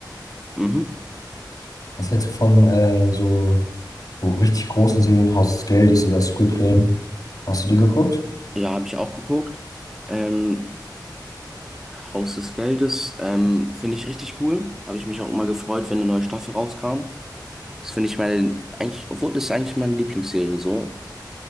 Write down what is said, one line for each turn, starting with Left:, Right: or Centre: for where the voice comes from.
Centre: Mhm.
Left: Was hältst du von äh, so, so richtig großen Serien, Haus des Geldes oder Squid Game? Hast du die geguckt?
Centre: Ja, habe ich auch geguckt. Ähm, Haus des Geldes, ähm, finde ich richtig cool. Habe ich mich auch immer gefreut, wenn eine neue Staffel rauskam. Das finde ich meine, eigentlich, obwohl das ist eigentlich meine Lieblingsserie so.